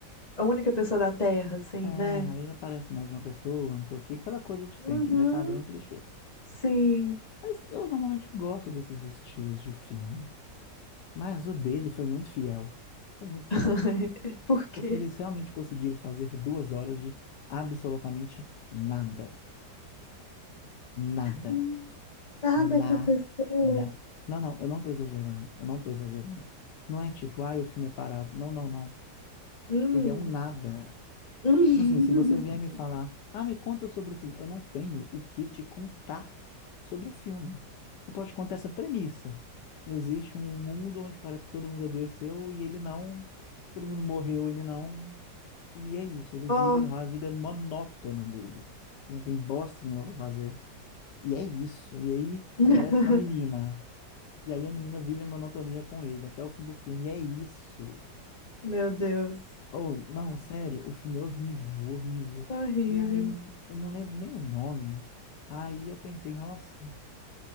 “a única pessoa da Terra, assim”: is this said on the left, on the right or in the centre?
Left